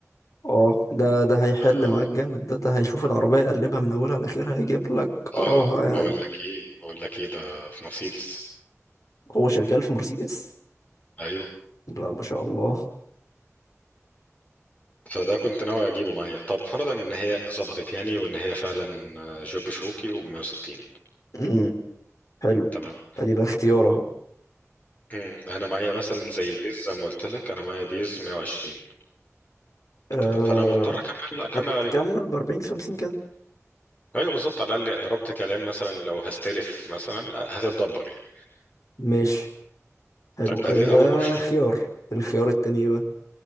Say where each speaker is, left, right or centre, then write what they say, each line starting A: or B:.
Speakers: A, on the left; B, on the left.
A: اه ده ده هيحل
B: آه،
A: معاك جامد ده ده هيشوف العربية يقلبها من أولها لآخرها هيجيب لك قرارها
B: لا
A: يعني
B: بقول لك إيه بقول لك إيه ده في مرسيدس
A: هو شغال في مرسيدس
B: أيوه
A: لا ما شاء الله
B: فده كنت ناوي أجيبه معايا طب فرضا إن هي ظبطت يعني وإن هي فعلا آه، جيب شروكي و160
A: امم حلو
B: تمام
A: ادي ده اختيار اهو
B: مم. انا معايا مثلا زي بيز زي ما قلت لك انا معايا بيز 120
A: أه
B: تمام فانا مضطر اكمل اكمل
A: هتكمل
B: عليهم
A: بأربعين خمسين كده
B: ايوه بالظبط على الاقل ربط كلام مثلا لو هستلف مثلا هتتدبر يعني
A: ماشي حلو
B: طيب ادي
A: ادي ده
B: اول اوبشن
A: خيار الخيار التاني بقى